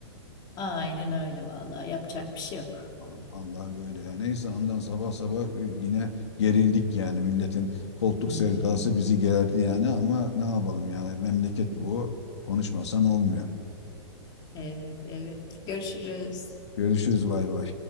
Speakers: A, on the left; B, on the left.
A: Aynen öyle vallahi yapacak bir şey yok.
B: Aa, Allah böyle ya. Neyse andan sabah sabah e, yine gerildik yani. Milletin koltuk
A: <laughs>
B: sevdası bizi gerdi yani ama ne yapalım yani memleket bu. Konuşmasan olmuyor.
A: Evet, evet. Görüşürüz.
B: Görüşürüz bay bay.